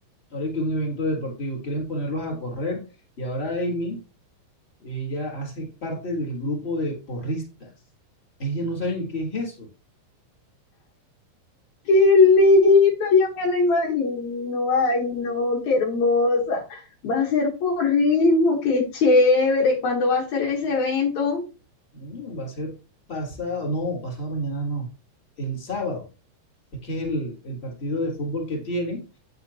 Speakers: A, on the left; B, on the left.
A: Ahora hay que un evento deportivo. Quieren ponerlos a correr. Y ahora Amy, ella hace parte del grupo de porristas. Ella no sabe ni qué es eso.
B: Qué linda, ya me la imagino. Ay, no, qué hermosa. Va a ser por ritmo, qué chévere. ¿Cuándo va a ser ese evento?
A: Mm, Va a ser pasado, no, pasado mañana no. El sábado. Es que es el, el partido de fútbol que tienen